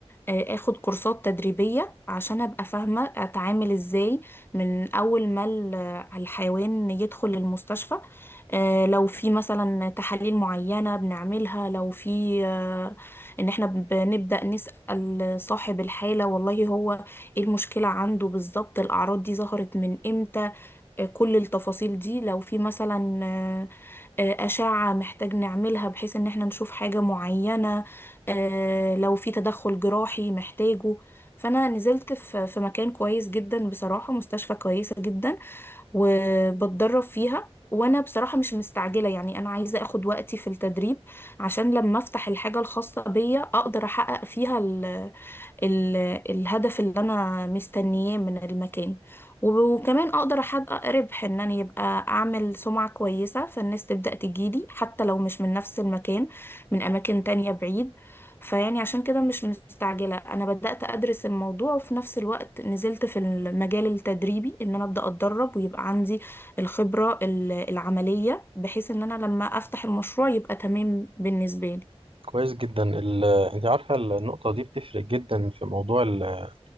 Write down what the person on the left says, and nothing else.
آه، اخد كورسات تدريبية عشان ابقى فاهمة اتعامل ازاي من اول ما ال- آه، الحيوان يدخل المستشفى آه، لو في مثلا تحاليل معينة بنعملها لو في آه، ان احنا بنبدأ نسأل صاحب الحالة والله هو ايه المشكلة عنده بالظبط الاعراض دي ظهرت من امتى آه، كل التفاصيل دي لو في مثلا آه، آه، أشعة محتاج نعملها بحيث إن احنا نشوف حاجة معينة آه، لو في تدخل جراحي محتاجه فأنا نزلت في في مكان كويس جدا بصراحة مستشفى كويسة جدا وبتدرب فيها وانا بصراحة مش مستعجلة يعني انا عايزة اخد وقتي في التدريب عشان لما افتح الحاجة الخاصة بيا اقدر احقق فيها ال ال الهدف اللي انا مستنياه من المكان وب- وكمان اقدر احقق ربح ان انا يبقى اعمل سمعة كويسة فالناس تبدأ تجيلي حتى لو مش من نفس المكان من اماكن تانية بعيد فيعني عشان كده مش مستعجلة أنا بدأت أدرس الموضوع وفي نفس الوقت نزلت في المجال التدريبي إن أنا أبدأ أتدرب ويبقى عندي الخبرة ال- العملية بحيث إن أنا لما أفتح المشروع يبقى تمام بالنسبة لي